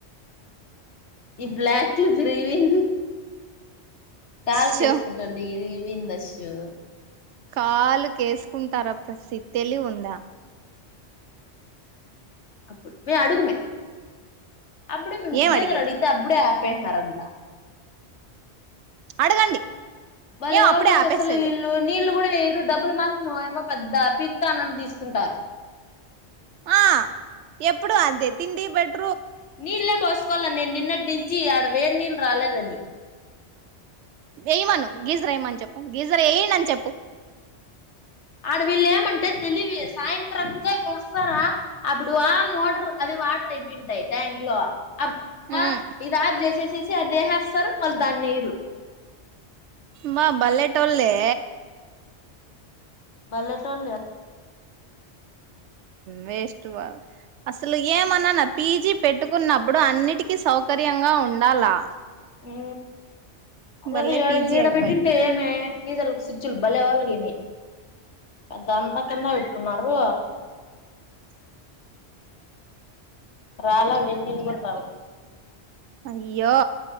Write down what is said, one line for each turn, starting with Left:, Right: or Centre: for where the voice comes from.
Left: ఈ బ్లాక్లు ప్రీవిన్ టాల్
Right: షో
Left: వేసుకుంటాండి ఇది విందస్సు
Right: కాలు కేసుకుంటారా ప్రసి తెలివు ఉందా
Left: అప్పుడు మే అడుగుమే అప్పుడే మము
Right: ఏం
Left: గేద
Right: అడిగేది
Left: రడిీతే అప్పుడే ఆ పె కరాంత
Right: అడగండి
Left: వాళ్ళ
Right: ఏం
Left: ఎవరిళ
Right: అప్పుడే ఆపేసేది
Left: చెసలు ఇళ్ళు నీళ్ళలు కూడా మీరు డబ్బులు మాత్ర ఏమో పెద్ద పీక్తా అన్నట్టు తీసుకుంటారు
Right: ఆ ఎప్పుడు అంతే తిండి బెడ్
Left: నీల్లే పోస్కోలె నేను నిన్నట్ నుంచి చి ఆడ వేడి నీళ్ళ రాలేదని
Right: వేయమను గీజర్ ఏయమని చెప్పు గీజర్ వెయ్యండని చెప్పు
Left: ఆడ వీళ్ళు ఏమంటే తెలివి సాయంత్రంగా వస్తారా అప్పుడు ఆ మోటర్ అదే వాటర్ అయిపోయింటాయి ట్యాంక్ లో ఆప్పుడు
Right: ఉమ్
Left: ఆ ఈ రాత్ర ఏసేసింది. సి అదేవేస్తారు మల్లీ దాన్ని యయిరు
Right: మా బల్లెటో ల్లే
Left: బళ్ళటోల్లే
Right: వేస్ట్ అసలు ఏమన్నానా పీజీ పెట్టుకున్నప్పుడు అన్నిటికిీ సౌకర్యంగా ఉండాలా
Left: అ అదే
Right: బల్లే
Left: అద ఏడ
Right: పీజీ
Left: ఈడ
Right: అయిపోయి
Left: పెట్టింటే ఏమీ ఇదల్ సిచ్చుల్ భలే వాల్గని పెద్దంతా అంతకన్నా పెట్టుకున్నారు రాలా వెడినీళ్ళు కూడా రాల
Right: అయ్యో